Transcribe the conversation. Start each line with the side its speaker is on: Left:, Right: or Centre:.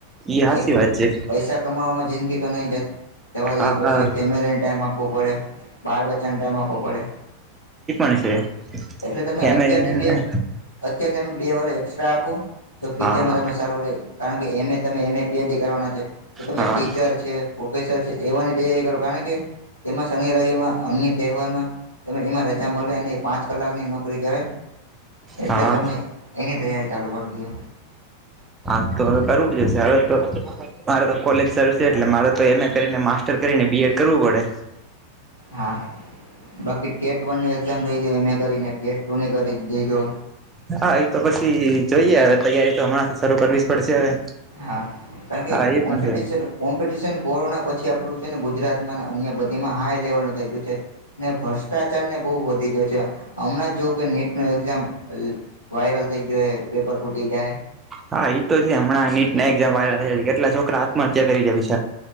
Right: ઈ હાચી
Left: એકલું
Right: વાત છે
Left: પૈસા કમાવામાં જિંદગી તો નહી જ જવા દેવી
Right: હા
Left: પડશે
Right: હા
Left: ફેમિલીને ટાઈમ આપવો પડે બળ બચ્ચાને ટાઈમ આપો પવો પડે
Right: શ છે
Left: એટલે તમે
Right: ફેમિલીને
Left: અત્યારથી બે અત્યારે તમે બે વરષ એક્સ્ટ્રા આપો તો ફ્યુચરમાં
Right: હા
Left: તમને સારું રહે કારણ કે એમ તમે એમ પીએચડી કરવાના છે તો તમે
Right: હા
Left: ટીચર છે પ્રોફેસર છે એવાની તૈયારી કરો કારણ એમાં શનિ રવમાં અન્ય તહેવારમાં ત એમાં ા મળે અને પાંચ કલાકની નોકરી કહે એટલે
Right: હા
Left: તમે એની તૈયારી લગત દ
Right: હા તો હવે કરવું જ હશે હવે તો મારે તો કોલેજ શરૂ છે એટલે મારે તો એમ એ કરીને મા ર કરીને બીએડ કરવું પડે
Left: હા બાકી ટેટ વન ની એક્ઝામ દઈ એમ એ કરીને ટેટ ટુ ની કરી દેજો
Right: હા એ તો પછી જોઈએ હવે તૈયારી તો હમણાથી શરૂ કરવી જ પડશે હવે
Left: હા કારણ કે
Right: હા એ
Left: કોમ્પિટશન
Right: પણ છે
Left: કોમ્પિટિશન કોરોના પછી આપણું છે, ને ગુજરાતમાં અન્ય બધીમાં હાઈ લેવલનું થઈ ગયું છે, ને ફસ અષ્ટાચારને બો વધી ગયો છે, હમણાં જો કે નીટનું એક્ઝામ વાયરલ થઈ ગયો હે પેપર ફૂટી જાય.
Right: હા તો છે, હમં નીટ ના એક્ઝામ વાયરલ થયા છે, કેટલા છોકરા આત્મહત્યા કરી ગયા